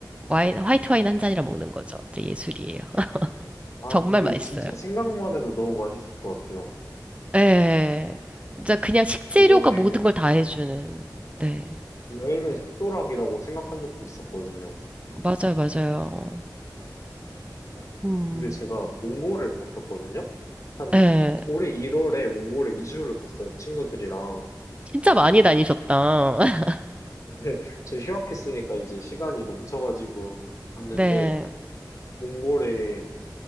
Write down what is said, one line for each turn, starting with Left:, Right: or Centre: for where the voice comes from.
Right: 와인, 화이트 와인 한 잔이랑 먹는 거죠. 진짜 예술이에요. <laughs>
Left: 아,
Right: 정말
Left: 근데
Right: 맛있어요.
Left: 진짜 생각만 해도 너무 맛있을 것 같아요.
Right: 예. 진짜 그냥 식재료가
Left: 여행은,
Right: 모든 걸 다 해주는. 네.
Left: 여행을 식도락이라고 생각한 적도 있었거든요.
Right: 맞아요, 맞아요.
Left: 아,
Right: 음.
Left: 근데 제가 몽골을 갔었거든요? 한
Right: 예.
Left: 올해 1월에 몽골에 2주를 갔어요, 친구들이랑.
Right: 진짜 많이 다니셨다. <laughs>
Left: <laughs> 근데 저 휴학했으니까 이제 시간이 넘쳐가지고 갔는데,
Right: 네.
Left: 몽골에